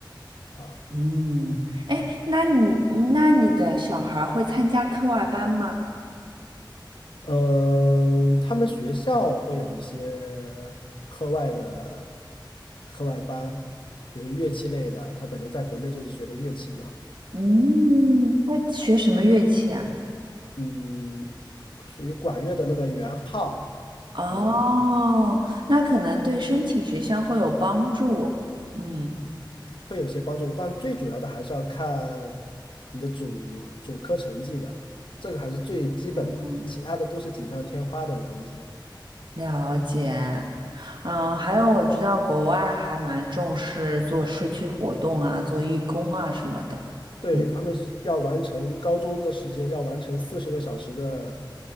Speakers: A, on the left; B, on the right.
A: 啊。
B: 嗯，哎，那你那你的小孩儿会参加课外班吗？
A: 嗯，他们学校会有一些课外的课外班，比如乐器类的。他本人在国内就是学的乐器嘛。
B: 嗯，他学什么乐器啊？
A: 嗯，属于管乐的那个圆号，
B: 哦，
A: 可能就
B: 那可能对申请学校会有帮助。嗯，
A: 会有些帮助，但最主要的还是要看你的主主科成绩的，这个还是最基本的，
B: 嗯嗯，
A: 其他的都是锦上添花的东西。
B: 了解。嗯，还有我知道国外还蛮重视做社区活动啊，做义工啊什么的。
A: 对，
B: 嗯。
A: 他们是要完成高中的时间，要完成四十个小时的